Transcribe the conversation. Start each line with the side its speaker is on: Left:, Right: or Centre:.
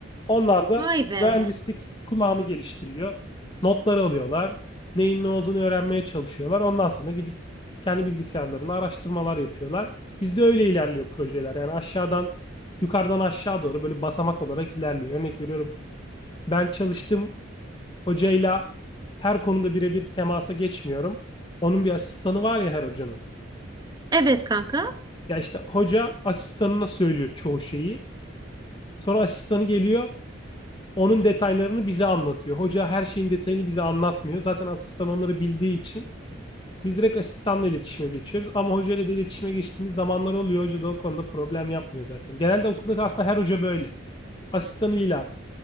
Left: Onlar da
Right: Vay be.
Left: mühendislik kulağını geliştiriyor. Notlar alıyorlar. Neyin ne olduğunu öğrenmeye çalışıyorlar. Ondan sonra gidip kendi bilgisayarlarında araştırmalar yapıyorlar. Bizde öyle ilerliyor projeler. Yani aşağıdan yukarıdan aşağı doğru böyle basamak olarak ilerliyor. Örnek veriyorum. Ben çalıştım hocayla her konuda birebir temasa geçmiyorum. Onun bir asistanı var ya her hocanın.
Right: Evet kanka.
Left: Ya işte hoca asistanına söylüyor çoğu şeyi. Sonra asistanı geliyor, onun detaylarını bize anlatıyor. Hoca her şeyin detayını bize anlatmıyor. Zaten asistan onları bildiği için Biz direkt asistanla iletişime geçiyoruz ama hocayla da iletişime geçtiğimiz zamanlar oluyor. Hoca da o konuda problem yapmıyor zaten. Genelde okulda aslında her hoca böyle. Asistanıyla